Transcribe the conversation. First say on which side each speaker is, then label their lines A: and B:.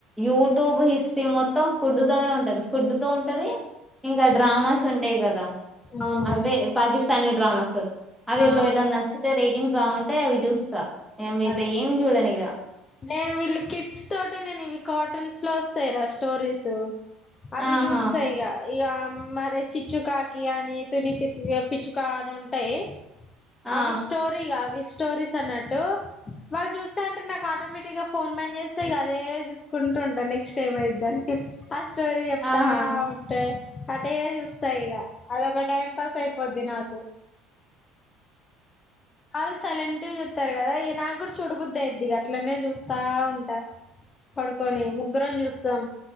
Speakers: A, in the centre; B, on the left.
A: యూట్యూబ్ హిస్ట్ర్రి మొ త్తం ఫుడ్ తోనే ఉంటంది ఫుడ్తో ఉంటంది ఇంకా
B: ఉమ్,
A: డ్రామాస్ ఉంటాయి కదా
B: అవును
A: అదే పాకిస్తానీ డ్రామాస్ అవి
B: ఆ
A: ఒకవేళ నచ్చితే రేటింగ్ బాగుంటే అవి తిత్సా ఇగ మిగతా
B: అదే
A: ఏం చూడనిగ
B: నేను వీళ్ళు కిట్స్ తోటి నేను ఇవి కార్టూన్స్ లో వస్తాయి రా స్టోరీస్ అవి
A: ఆహా
B: చూస్త ఇగ ఈ ఆమ్ మరి చిచ్చుకాకి అని తుని పి పిచ్చుకా అని ఉంటయి
A: ఆ
B: అవి స్టోరీ గా అవి స్టోరీస్ అన్నట్టు వాళ్ళు చూస్త అంటరు నాకు ఆటోమేటిక్ గా ఫోన్ బంద్ చేస్తే ఇగ అదే చూసుకుంటు నెక్స్ట్ టైమ్ అయిద్దని ఆ స్టోరి చెప్తా
A: ఆహా
B: ఉంటే అటే చూస్త ఇగ అదొక టైం పాస్ అయిపోద్ది నాకు వాళ్ళు సలెంట్గా చూత్తరు కదా ఇగ నాకు కూడా చూడబుద్దాయిద్ది ఇగ అట్లనే చూస్తా ఉంటా పడుకొని ముగ్గురం చూస్తాం